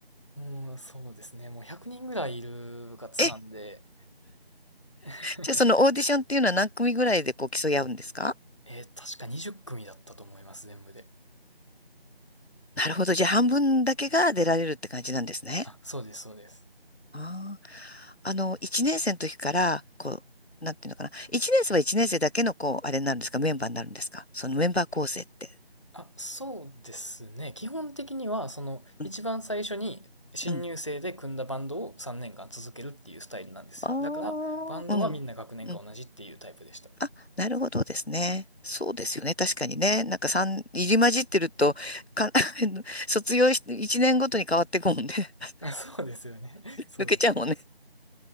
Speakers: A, on the left (about 30°); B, on the left (about 85°).
A: もう、そうですね。もう100人ぐらいいる部活なんで、
B: え、
A: <laughs>
B: じゃあそのオーディションっていうのは何組ぐらいでこう競い合うんですか
A: えー確か20組だったと思います、全部で。
B: なるほど。じゃあ半分だけが出られるって感じなんですね。
A: あ、そうです、そうです。
B: ああ。あの、1年生の時から、こう、なんていうのかな。1年生は1年生だけの、こう、あれになるんですかメンバーになるんですかそのメンバー構成って。
A: あ、そうですね。基本的には、その、
B: うん。
A: 一番最初に新入生で組んだバンドを3年間続けるっていうスタイルなんですよ。
B: うんあ
A: だから、バンドはみんな学年が同じっていうタイプでした。
B: あうん。うん。あ、なるほどですね。そうですよね。確かにね。なんか三入り混じってると、か、<laughs> 卒業し、1年ごとに変わっていくもんね。<laughs>
A: あ、そうですよね。<laughs> そうです、
B: 抜けちゃうもんね。
A: そうです。